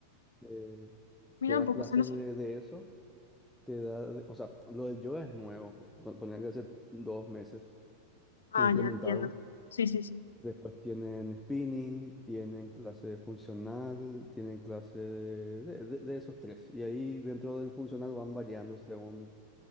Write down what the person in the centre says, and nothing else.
eh,
te da
clases
de, de eso, te da, de- o sea, lo del yoga es nuevo, pon- ponía que hace dos meses
que implementaron.
Después tienen spinning, tienen clase funcional, tienen clase de, de- de- de esos tres. Y ahí dentro del funcional van variando según